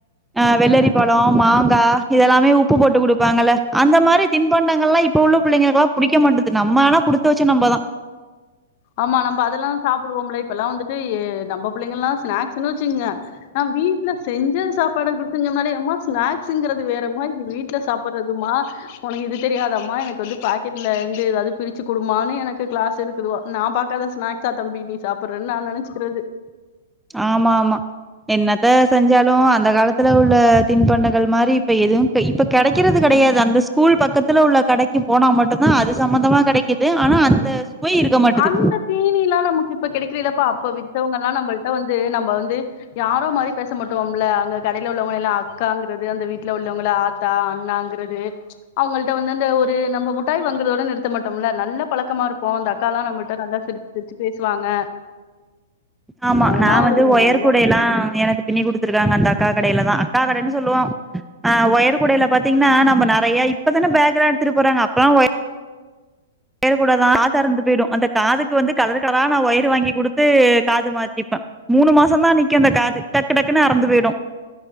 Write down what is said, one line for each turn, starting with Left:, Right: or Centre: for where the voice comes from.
Centre: ஆ வெள்ளரி பழம் மாங்கா க்கா இதெல்லாமே உப்பு போட்டு குடுப்பாங்கல்ல அந்த மாரி தின்பண்டங்கள் எல்லாம் இப்ப உள்ள புள்ளைங்களல்லாம் புடிக்க மாட்டது நம்ம ஆனா குடுத்து வச்ச நம்மதா
Left: ஆமா நம்ப அதெல்லாம் சாப்படுவோம்ல இப்பெல்லாம் வந்துட்டு நம்ப புள்ளைங்க எல்லாம் ஸ்நாக்ஸ்ன்னு வச்சுங்க நா வீட்டுல செஞ்சதா சா வீட்டு பாடம் குடிச்சிருசம்ன்னாலே அம்மா ஸ்நாக்ஸ்ங்கிறது வேறம்மா இது வீட்டுல சாப்படடுறதுமா உனக்கு இது தெரியாதம்மா எனக்கு வந்து பாக்கெட்ல இருந்து எதாவது பிரிச்சு குடுமான்னு எனக்கு கிளாஸ் எடுத்துரூவா நா பாக்காத ஸ்நாக்ஸா தம்பி நீ சாப்படறேன்னு நா நினச்சுக்கிறது
Centre: ஆமா ஆமா என்னத்த செஞ்சாலும் அந்த காலத்துல உள்ள தின்பண்டங்கள் மாரி இப்ப எதுவும் இப்ப கெடைக்கிறது கெடையாது அந்த ஸ்கூல் பக்கத்துல உள்ள கடைக்கு போனா மட்டும்தா அது சம்மந்தமா கெடைக்குது ஆனா அந்த சுவை இருக்க மாட்டுது
Left: அந்த தீனி எல்லாம் நமக்கு இப்ப கெடைக்கறல்லப்பா அப்ப வித்தவங்க எல்லாம் நம்மளிட்ட வந்து நம்ம வந்து யாரோ மாதிரி பேச மாட்டோம்ல அங்க கடல உள்ளவங்க எல்லாம் அக்காங்குறது அந்த வீட்டுல உள்ளவங்கள ஆா அண்ணாங்கிறது அவங்கள வந்து அந்த ஒரு நம்ம மட்டாய் வாங்குறதோ நிறுத்த மாட்டோம் நல்ல பழக்கமா இருப்போம் அந்த அக்கல்லாம் நம்மளிட்ட நல்லா சிரிச்சு சிரிச்சு பேசுவாங்க
Centre: ஆமா
Left: அதெல்லா
Centre: நான வந்து
Left: ஒரு
Centre: ஒயர்கூடய
Left: நல்ல
Centre: எல்லாம் எனக்கு பின்னி குடுத்துருக்காங்க அந்த அக்கா கடயில தான் அக்கா கடன்னு சொல்லுவோம் ஒயர் குடில பாத்தீங்கன்னா நம்ம நெறைய இப்பதானே பேக்ரண்ட் எடுத்துட்டு போறாங்க அப்பல்லாம் ஒயர் குட தான் காத்த இருந்து போயிடும் அந்த காதுக்கு வந்து கலர் கலரா நான ஒயர் வாங்கி கொடுத்து காது மாத்திப்ப மூணு மாசம் தான் நிற்க அந்த காது டக்கு டக்குன்னு அருந்துரும் பேயடும்